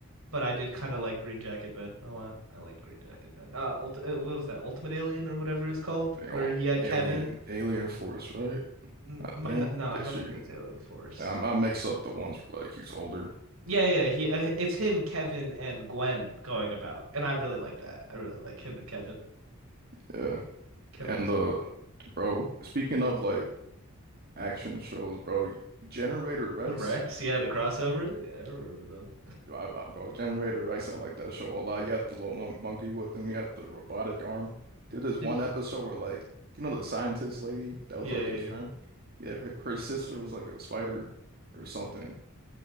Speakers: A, on the right; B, on the right.
A: but I did kind of like Green Jacket Ben a lot. I like Green Jacket Ben. Uh, ult uh, what was that? Ultimate Alien or whatever it was called,
B: They
A: where
B: all
A: he had
B: alien
A: Kevin.
B: alien force, right?
A: N-
B: I
A: might
B: think.
A: not- no, I
B: Yeah,
A: don't
B: she
A: think it was Alien Force.
B: I, I mix up the ones where like he's older.
A: Yeah, yeah, he. Uh, it's him, Kevin, and Gwen going about, and I really like that. I really like him and Kevin.
B: Yeah.
A: Kevin
B: And
A: was cool.
B: uh bro, speaking of like action shows, bro, Generator Rex.
A: The Rex, yeah, the crossover. Yeah, I remember them.
B: Yo, I, I, bro, Generator Rex, I like that show a lot. You had the little mon monkey with him, you had the robotic arm. There's this one
A: Did you-
B: episode where, like, you know, the scientist lady that was
A: Yeah,
B: like his
A: yeah,
B: friend.
A: yeah.
B: Yeah, her, her sister was like a spider or something.